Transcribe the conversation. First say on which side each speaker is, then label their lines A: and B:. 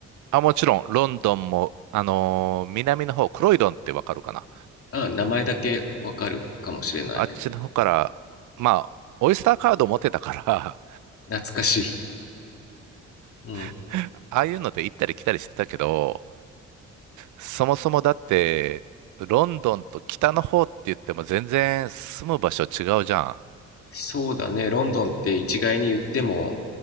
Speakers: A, on the right; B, on the left.
A: あ、もちろん、ロンドンも、あのー南の方、クロイドンってわかるかな
B: ああ、名前だけわかるかもしれない。
A: あっちの方から、まあ、オイスターカード持ってたから
B: 懐かしい。うん。
A: <laughs> ああいうので行ったり来たりしてたけど、そもそもだって、ロンドンと北の方って言っても全然住む場所違うじゃん。
B: そうだね、ロンドンって一概に言っても、